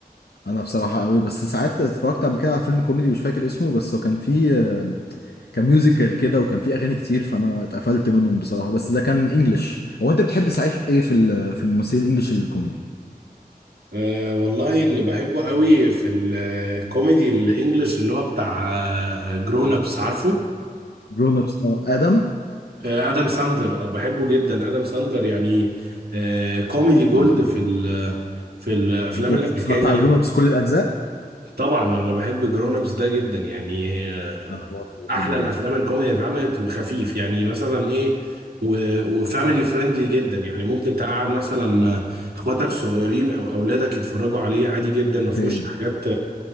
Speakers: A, on the left (about 90°); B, on the right (about 80°).
A: انا بصراحه قوي بس ساعات اتفرجت قبل كده على فيلم كوميدي مش فاكر اسمه بس هو كان فيه آه، كان ميوزيكال كده وكان فيه اغاني كتير فانا اتقفلت منهم بصراحه بس ده كان انجلش هو انت بتحب صحيح ايه في ال- في الممثلين الانجليش الكوميدي
B: أه والله اللي بحبه قوي في الكوميدي الانجليش اللي هو بتاع جرون ابس عارفه
A: جرون ابس اه ادم
B: آه، ادم ساندلر اه بحبه جدا ادم ساندلر يعني آه، كوميدي جولد
A: اه
B: في ال في الافلام
A: انت اتفرجت
B: الامريكاني
A: على
B: يعني
A: جرون ابس كل الاجزاء
B: طبعا انا بحب جرون ابس ده جدا يعني آه،
A: انا برضه
B: احلى
A: بحبه جدا
B: الافلام الكوميدي اللي اتعملت وخفيف يعني مثلا ايه وفاميلي فريندلي جدا يعني ممكن تقعد مثلا آه، اخواتك الصغيرين او اولادك يتفرجوا عليه عادي جدا ما
A: اوكي
B: فيهوش حاجات